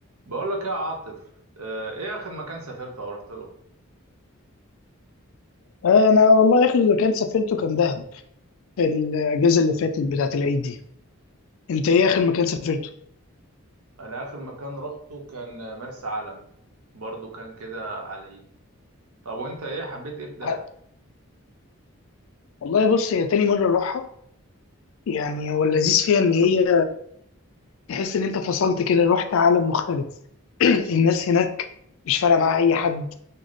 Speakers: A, on the right; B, on the left.
A: بقول لك ايه يا عاطف آه، ايه اخر مكان سافرته او رحت له
B: انا والله اخر مكان سافرته كان دهب في الاجازه اللي فاتت بتاعه العيد دي انت ايه اخر مكان سافرته
A: انا اخر مكان روحته كان مرسى علم برضو كان كده على اليد طب وانت ايه حبيت ايه في دهب
B: ع- والله بص هي تاني مره اروحها يعني هو اللذيذ فيها ان هي تحس ان انت فصلت كده رحت عالم مختلف <clears throat> الناس هناك مش فارقه معاها اي حد